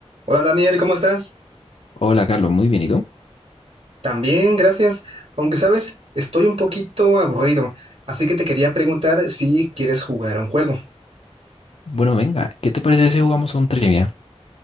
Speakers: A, on the right; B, on the left.
A: Hola Daniel, ¿cómo estás?
B: Hola Carlos, muy bien, ¿y tú?
A: También, gracias. Aunque sabes, estoy un poquito aburrido, así que te quería preguntar si quieres jugar a un juego.
B: Bueno, venga, ¿qué te parece si jugamos a un trivia?